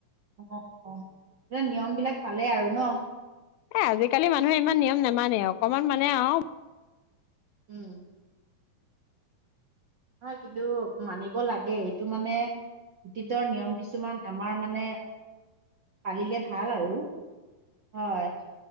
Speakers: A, on the right; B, on the left.
A: অ', নিয়ম বিলাক পালে আৰু ন।
B: এ আজিকালি মানুহে ইমান নিয়ম নামানে অকমান মানে অহ,
A: উম হয় কিন্তু মানিব লাগে এইটো মানে অতীতৰ নিয়ম কিছুমান আমাৰ মানে পালিলে ভাল আৰু হয়।